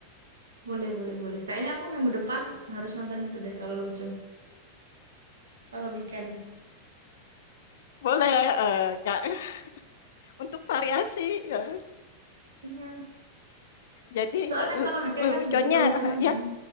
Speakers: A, on the right (about 65°); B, on the left (about 60°).
A: Boleh, boleh, boleh. Kayaknya aku minggu depan harus nonton itu deh kalau lucu. Kalau weekend.
B: Boleh eh, nggak <laughs> untuk variasi. eh.
A: Iya.
B: Jadi
A: Soalnya
B: eh,
A: kalau weekend
B: leluconnya
A: kan butuh tontonan
B: <laughs> ya
A: yang